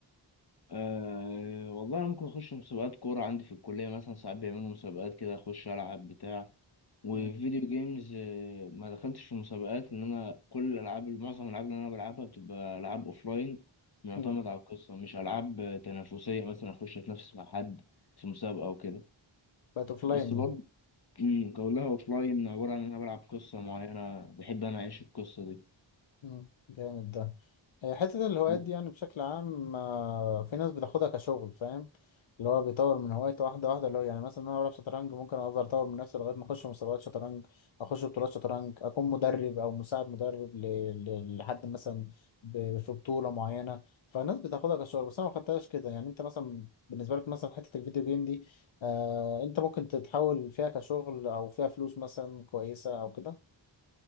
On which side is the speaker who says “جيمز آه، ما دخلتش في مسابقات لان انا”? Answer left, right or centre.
Left